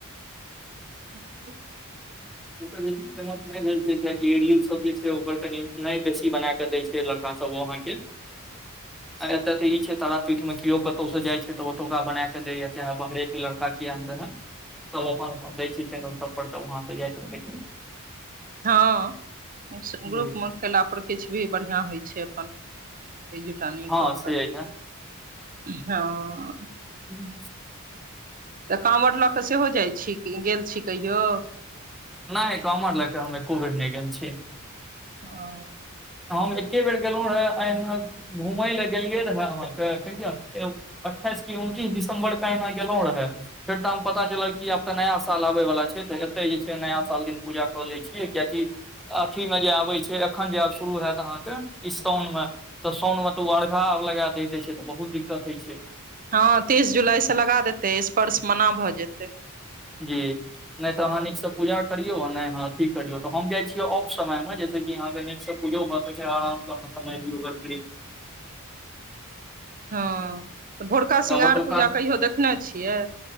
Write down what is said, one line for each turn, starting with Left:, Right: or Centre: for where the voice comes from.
Right: अ <unintelligible>
Centre: ओ त बेसी फेमस नहि भेल छै किया कि रील सब जे छै ओकर कनि नहि बेसी बना के दय छै लड़का लड़का सब वहाँ के आ एतय तऽ ई छै तारापीठ मे केओ कतहु से जाइ छै तऽ ओतुका बना क के दैया चाहे बाहरे के लड़का किया ने रहै सभ अपन अपन दै छै चैनल सभ पर सभ वहाँ से जाइत रहै छै
Right: हँ ग्रुप
Centre: जी
Right: मे केला पर किछ भी बढ़िआँ होइ छै अपन ई जुटानी
Centre: हँ
Right: कऽ
Centre: से
Right: कऽ
Centre: य
Right: हाँ
Centre: हूँ
Right: तऽ काँवर लऽ कऽ सेहो जाइत छी गेल छी कहियो
Centre: नहि काँवर लएकऽ हम एको बेर नहि गेल छीयै
Right: ओ
Centre: हम एके बेर गेलहुँ रहे ए घूमय लए गेलियै रह अहाँ के कहीया अट्ठाइस कि उनतीस दिसंम्बर क एहना गेलौं रहे फेर तऽ हम पता चलल कि आब तऽ नया साल अबय वला छै तऽ एतहि जे छै नया साल दिन पूजा कऽ लैत छियै किया कि अथी मे जे आबै छै एखन जे आब शुरू होयत अहाँ के शोऊन मे तऽ साउन मे तऽ ओ अर्घा लगा द द छै तऽ बहुत दिक्कत होइ छै
Right: हँ तीस जुलाइ से लगा देतै स्पर्श मना भऽ जेतै
Centre: जी नहि
Right: बाबा
Centre: तऽ अहाँ नीक
Right: के
Centre: सँ पूजा करियऔ नहि ह अथी करियौ तऽ हम जाइ छियै ऑफ समय मे जैसे कि अहाँ के नीक से पूजो भए सकै आराम कर समय दिय ओकर
Right: हँ तऽ भोरका
Centre: तऽ
Right: श्रृगार
Centre: ओतुका
Right: पूजा कहियो देखने छियै